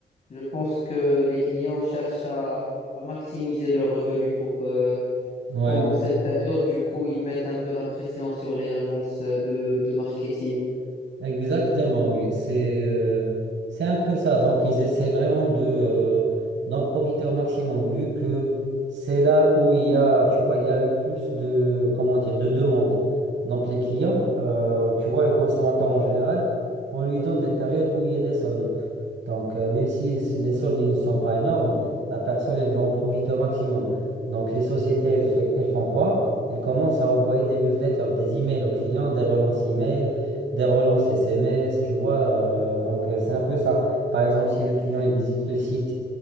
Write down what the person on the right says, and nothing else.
Ouais.
Exactement, oui. C'est euh, c'est un peu ça. Donc, ils essaient vraiment de euh, d'en profiter au maximum, vu que c'est là où il y a, tu vois, il y a le plus de, comment dire, de demandes. Donc, les clients, euh, tu vois, le consommateur en général, on lui donne des périodes où il y a des soldes. Donc, euh, même si les les soldes ils ne sont pas énormes, la personne, elle veut en profiter au maximum. Donc, les sociétés, elles, fait- elles font quoi? Elles commencent à envoyer des newsletters, des emails aux clients, des relances email, des relances SMS, tu vois. euh, donc, euh, c'est un peu ça. Par exemple, si le client, il visite le site,